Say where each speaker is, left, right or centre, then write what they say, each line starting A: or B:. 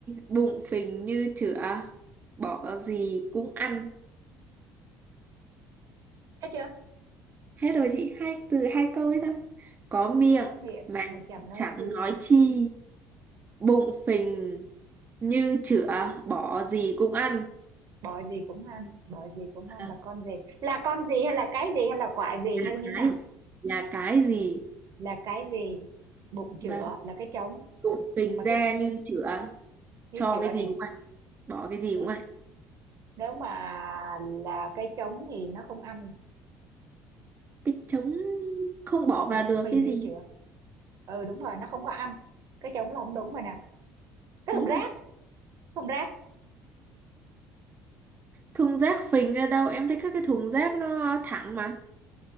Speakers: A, on the right (about 25°); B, on the right (about 55°).
A: bụng phình như chửa, bỏ gì cũng ăn.
B: thấy chưa
A: Hết rồi chị, hai từ hai câu ấy thôi. Có miệng
B: có miệng
A: mà
B: mà chẳng nói
A: chẳng
B: chi
A: nói chi, bụng phình như chửa, bỏ gì cũng ăn.
B: bỏ gì cũng ăn bỏ gì cũng ăn
A: À,
B: là con gì là con gì hay là cái gì hay là quả gì
A: là
B: hay như
A: cái
B: thế nào
A: là cái gì?
B: là cái gì bụng chửa
A: Vâng,
B: là cái trống
A: bụng phình
B: nhưng mà
A: ra
B: cái
A: như chửa,
B: như
A: cho
B: chửa
A: cái gì
B: thì
A: cũng ăn, bỏ cái gì
B: nếu
A: cũng ăn.
B: nếu mà là cái trống thì nó không ăn
A: Cái trống không bỏ vào
B: bụng
A: được
B: phì
A: cái
B: như
A: gì.
B: chửa ừ đúng rồi nó không có ăn cái trống là không đúng rồi nè cái
A: Đúng
B: thùng rác
A: rồi.
B: thùng rác
A: thùng rác phình ra đâu em thấy các cái thùng rác nó thẳng mà